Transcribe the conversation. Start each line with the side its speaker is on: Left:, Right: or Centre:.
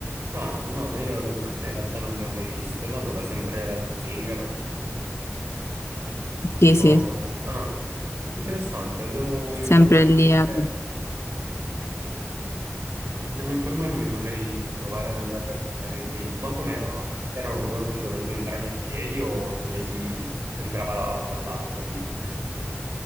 Right: Ah, no, io le grotte in realtà non le ho mai viste, ma dove? Sempre allo Zingaro?
Left: Sì, sì,
Right: Oh, ah, interessante, devo informarmi,
Left: sempre lì a...
Right: perché- devo informarmi e magari provare ad andarle a visitare anche io. Ma com'erano? Erano grotte dove tu entravi a piedi o dove si entrava dall'acqua, tipo?